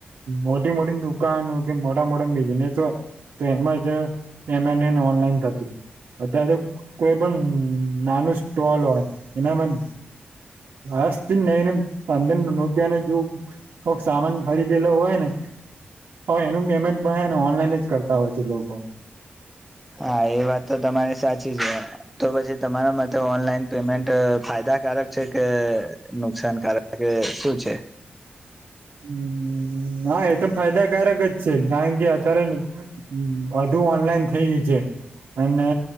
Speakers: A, on the right; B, in the centre.
A: મોટી મોટી દુકા દુકાનો કે મોટા મોટા બિઝનેસ હોય તો એમ જ પેમેન્ટ ઓનલાઈન થતું. અત્યારે તો કોઈ પણ નાનું સ્ટોલ હોય એનામાં અસ્તો નેને પંદર રૂપિયાને જો કોક સામાન ખરીદેલો હોય ને હોય એનું પેમેન્ટ પણ ઓનલાઈન જ કરતા હોય છે લોકો
B: હા એ વાત તો તમારે સાચી છે, તો પછી તમારા માટે ઓનલાઈન પેમેન્ટ ફાયદા ફાયદાકારક છે કે નુકસાનકારક કે શું છે.
A: હમ <inaudible> હમમ હા એ તો ફાયદાકારક જ છે કારણ કે અત્યારે લોકો બધુ ઓનલાઈન થઈ ગયું છે. અને